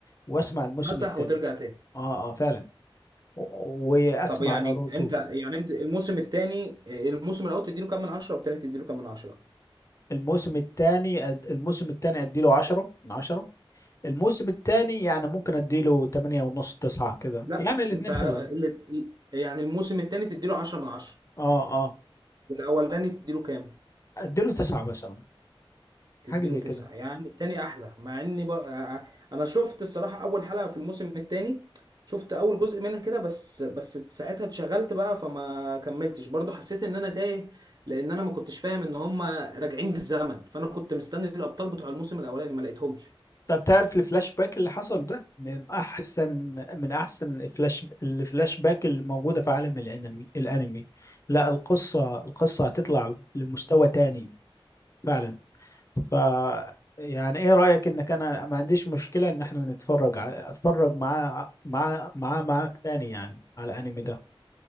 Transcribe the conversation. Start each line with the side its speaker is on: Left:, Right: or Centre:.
Left: وأسمع الموسم
Right: مسح
Left: الثاني
Right: وترجع تاني
Left: آه آه فعلا و- وأسمع
Right: طب يعني
Left: ناروتو
Right: أنت يعني أنت الموسم التاني آه، الموسم الأول تديله كام من عشرة والتاني تديله كام من عشرة
Left: الموسم الثاني الموسم الثاني أديله عشرة من عشرة الموسم الثاني يعني ممكن أديله تمانية ونص تسعة كده
Right: لا
Left: يعني الاتنين
Right: انت ال-
Left: حلوين
Right: ال- يعني الموسم الثاني تديله 10 من 10
Left: آه آه
Right: والاولاني تديله كام
Left: اديله تسعة مثلا
Right: تديله
Left: حاجة زي
Right: 9
Left: كده
Right: يعني الثاني احلى مع اني بقى انا شفت الصراحه اول حلقه في الموسم الثاني شفت اول جزء منها كده بس بس ساعتها اتشغلت بقى فما كملتش برضو حسيت ان انا تايه لان انا ما كنتش فاهم ان هم راجعين بالزمن فانا كنت مستني الابطال بتوع الموسم الاولاني ما لقيتهمش
Left: طب تعرف الفلاش باك اللي حصل ده من احسن من احسن الفلاش الفلاش باك الموجودة في عالم الانمي الانمي لا القصة القصة هتطلع لمستوى تاني فعلا ف يعني ايه رأيك انك انا ما عنديش مشكلة ان احنا نتفرج ع- اتفرج معاه مع مع معاك تاني يعني على الانمي ده